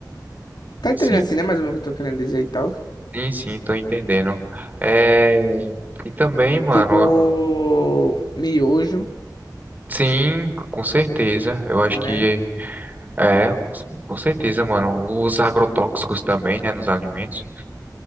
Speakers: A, on the left (about 70°); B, on the right (about 25°).
A: Tá entendendo
B: Sim.
A: assim, né? Mais ou menos o que eu tô querendo dizer e tal.
B: Sim, sim, tô entendendo. É, e também, mano,
A: Tipo, miojo,
B: sim, com certeza. Eu acho
A: né?
B: que é, com certeza, mano. Os agrotóxicos também, né, nos alimentos,